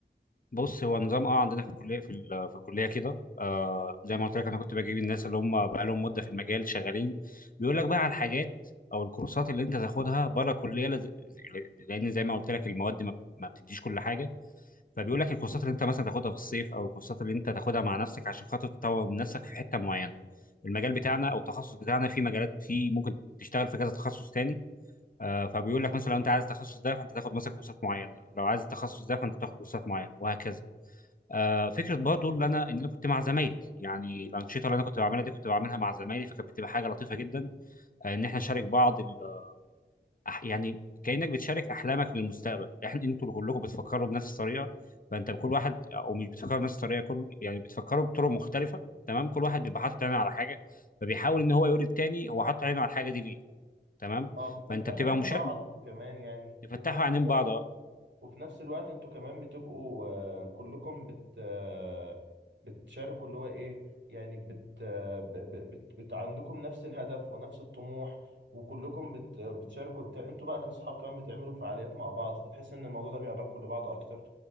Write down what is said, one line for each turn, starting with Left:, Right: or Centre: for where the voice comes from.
Left: بص هو نظام اه عندنا في الكليه في ال- في الكليه كده آه زي ما قلت لك انا كنت بجيب الناس اللي هم بقى لهم مده في المجال شغالين بيقول لك بقى على الحاجات او الكورسات اللي انت تاخدها بره الكليه لز- لان زي ما قلت لك المواد ما ما بتديش كل حاجه فبيقول لك الكورسات اللي انت مثلا تاخدها في الصيف او الكورسات اللي انت تاخدها مع نفسك عشان خاطر تطور من نفسك في حته معينه المجال بتاعنا او التخصص بتاعنا في مجالات في ممكن تشتغل في كذا تخصص تاني آه فبيقول لك مثلا لو انت عايز التخصص ده فانت تاخد مثلا كورسات معينه لو عايز التخصص ده فانت تاخد كورسات معينه وهكذا آه، فكره برضه اللي انا ان انا كنت مع زمايلي يعني الانشطه اللي انا كنت بعملها دي كنت بعملها مع زمايلي فكانت بتبقى حاجه لطيفه جدا آه، ان احنا نشارك بعض ال- أح- يعني كانك بتشارك احلامك للمستقبل احنا انتوا كلكم بتفكروا بنفس الطريقه فانت بكل واحد او مش بتفكروا بنفس الطريقه كل يعني بتفكروا بطرق مختلفه تمام كل واحد بيبقى حاطط عينه على حاجه فبيحاول ان هو يقول للتاني هو حاطط عينه على الحاجه دي ليه تمام
Right: اه بتفتحوا
Left: فانت بتبقى
Right: عين
Left: مشارك
Right: بعض كمان يعني
Left: بتفتحوا
Right: وفي نفس
Left: عينين
Right: الوقت
Left: بعض أه.
Right: وفي نفس الوقت انتوا كمان بتبقوا آه، كلكم بت آه، بتشاركوا اللي هو ايه يعني بت, آه، ب- ب- بت, بت عندكم نفس الهدف ونفس الطموح وكلكم بت آه، بتشاركوا بت- انتوا بقى كاصحاب كمان بتعملوا فعاليات مع بعض فتحس ان الموضوع ده بيقربكم لبعض اكتر